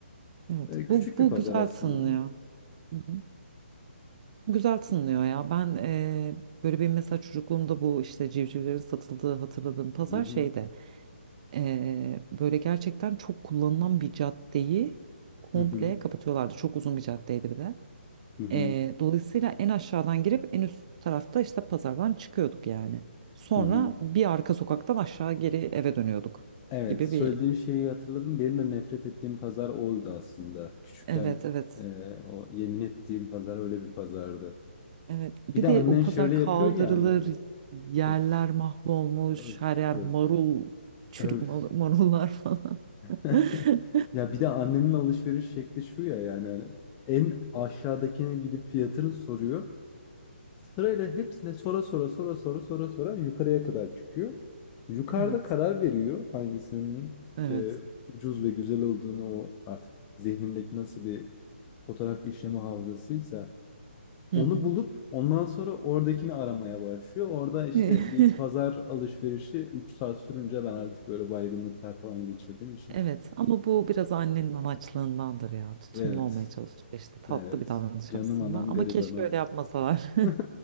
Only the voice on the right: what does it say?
Evet
bu, bu
güzel
tınlıyor. Hı hı. Güzel tınlıyor ya. Ben eee, böyle bir mesela çocukluğumda bu işte civcivlerin satıldığı hatırladığım pazar
şeyde eee, böyle gerçekten çok kullanılan bir caddeyi komple
kapatıyorlardı. Çok uzun bir caddeydi bir de.
Ee, dolayısıyla en aşağıdan girip en üst tarafta işte pazardan çıkıyorduk yani. Sonra
bir arka sokaktan aşağı geri eve dönüyorduk
gibi
bir
evet evet
evet. Bir
de
o pazar
kaldırılır
yerler
mahvolmuş
her yer
marul çürük
mal- marullar falan. <laughs>
Evet
evet.
Hı
hı. <laughs>
Evet ama bu biraz annenin anaçlığındandır ya. Tutumlu
olmaya çalışıyor işte. Tatlı
bir davranış
aslında.
Ama
keşke öyle yapmasalar.